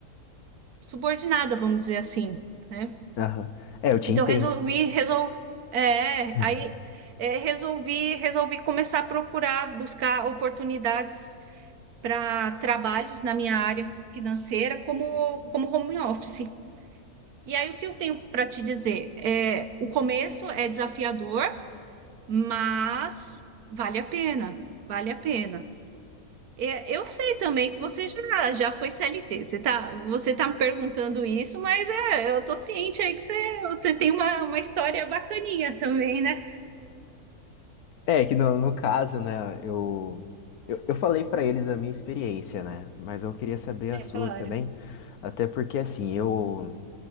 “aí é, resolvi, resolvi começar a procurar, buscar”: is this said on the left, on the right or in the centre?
Right